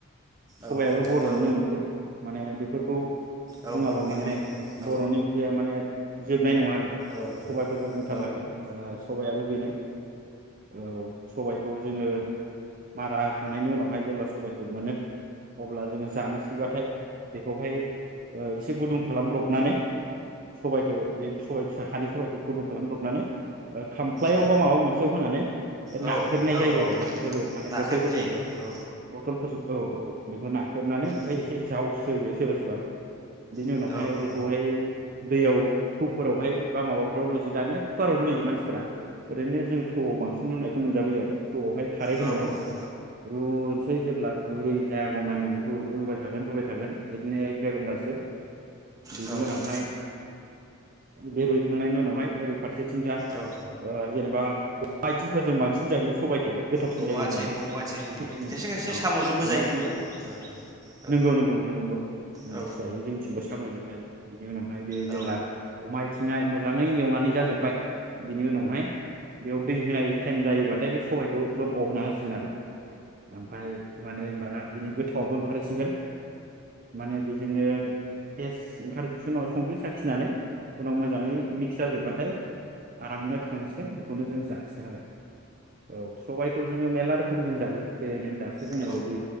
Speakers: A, on the right; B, on the right.
A: सबायाबो
B: औ
A: बर'निनो
B: औ
A: ओंख्रि माने बेफ फोरखौ
B: औ
A: बुङाबा
B: बर'नि
A: माने
B: ओंख्रि औ
A: बर'नि ओंख्रिया माने जोबनाय नङा आरो
B: औ
A: सबायफोरखौ बुं
B: औ जोबनाय नङा औ
A: थार नांगोन ओ सबयाबो बेनो औ सबायखौ जोङो मारा होखांनाय नि उनावहाय जेब्ला सबायखौ मोनो। अब्ला जोङो जानोसैबाथाय बेवहाय ओ इसे गुदुं खालामब्रबनानै सबाइखौ बे सबाइ फिसा हानि सबाइखौ <unintelligible> खालामब्रबनानै ओ खामफ्लायाव
B: औ
A: बा माबा मोनसेयाव होनानै
B: औ
A: नाख्रेबनाय
B: औ
A: जायो
B: औ
A: आरो नाख्रेबो माने
B: नाख्रेबनाय
A: बथलफोरजों
B: जायो औ
A: बथलफोरजों औ औ बेखौ नाख्रेबनानै ओमफ्राय
B: औ
A: एसे जावस्रोयो सोरबा सोरबा बिनि
B: औ
A: उनावहाय
B: औ
A: बेखौहाय दैयाव थौफोरावहाय बा माबाफोराव दानि कुकाराव रुयो मानसि फोरा ओरैनो जोङो थौआव बांसिन रुनायखौ मोनजाबायो आर थौआवहाय खारै होनानै
B: औ
A: रुनोसै जेब्ला गुरै जायागौमानि बेखौ रुबाय थागोन रुबाय थागोन बिदिनो एक देर घनटासो बिनि
B: औ
A: उनावहाय बे रुइखांनायनि उनावहाय ओरै फारस फारसेथिंजा
B: औ
A: ओ जेनेबा <unintelligible> फोरजों बांसिन जायो। सबाइखौहाय गोथावसिन
B: अमा
A: जायो होननानै
B: आथिं अमा आथिं
A: ओं
B: खायसे खायसे
A: औ
B: साम'जोंबो
A: अमा
B: जायो
A: आइथिंफो
B: औ औ
A: नोंगौ नोंगौ नोंथां नोंगौ नोंगौ
B: औ
A: जायो जोंनिथिंबो सामुजों जायो। बेनि उनावहाय बे जेब्ला
B: औ
A: अमा आइथिंआ मोजाङै एवनानै जाजोबाय बिनि उनावहाय बेयाव दै होनाय टायेम जायोबाथाय बे सबायखौ जब' होना होसिगोन आरो ओमफ्राय माने होनबाना बिनि गोथावाबो ओंखारहैसिगोन। माने बेजोंनो टेस ओंखारजोब उनाव संख्रि साखि <unintelligible> उनाव मोजाङै मिक्स जाजोब्बा आमफ्राय आरामनो खांसिगोन बेखौनो जों जासिगोन आरो औ सबायखौ जोङो मेरला रोखोम जों जायो जेरै नों दा नोंसोर बुंनाय
B: औ
A: बायदि